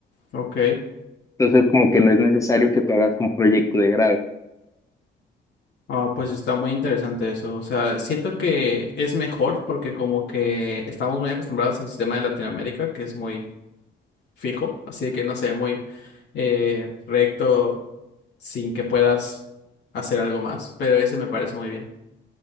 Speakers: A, on the left; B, on the left.
A: Ok.
B: Entonces como que no es necesario que tú hagas un proyecto de grado.
A: Ah, pues está muy interesante eso. O sea, siento que es mejor porque como que estamos muy acostumbrados al sistema de Latinoamérica, que es muy fijo, así de que no sé, muy eh, recto sin que puedas hacer algo más, pero ese me parece muy bien.